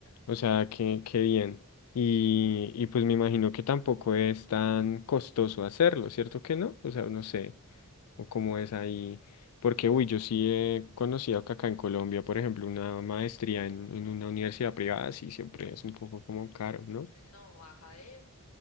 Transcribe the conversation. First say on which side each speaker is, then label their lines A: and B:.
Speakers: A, on the left; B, on the left.
A: O sea, que, que bien. Y, y pues me imagino que tampoco es tan costoso hacerlo, ¿cierto que no? O sea, no sé, o cómo es ahí. Porque, uy, yo sí he conocido que acá en Colombia, por ejemplo, una maestría en, en una universidad privada, sí, siempre es un poco como caro, ¿no?
B: No baja de